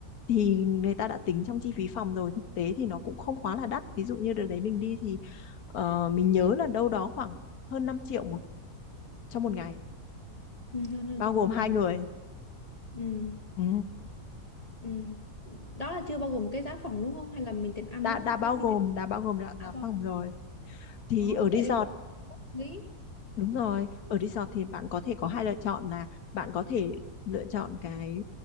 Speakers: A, on the left; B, on the left.
A: thì người ta đã tính trong chi phí phòng rồi thực tế thì nó cũng không quá là đắt ví dụ như đợt đấy mình đi thì ờ, mình nhớ là đâu đó khoảng hơn 5 triệu một trong một ngày
B: ừ hơn hơn
A: bao
B: chuyện
A: gồm
B: cho mình
A: hai
B: ngày
A: người
B: ừ
A: ừ.
B: ừ đó là chưa bao gồm cái giá phòng đúng không hay là mình tiền ăn
A: đã
B: đúng
A: đã
B: không
A: bao
B: đó mình
A: gồm
B: tiền
A: đã bao gồm đã giá
B: à bao
A: phòng rồi thì
B: đó
A: ở
B: vậy
A: resort
B: thì cũng hợp lý
A: đúng rồi ở resort thì bạn có thể có hai lựa chọn là bạn có thể lựa chọn cái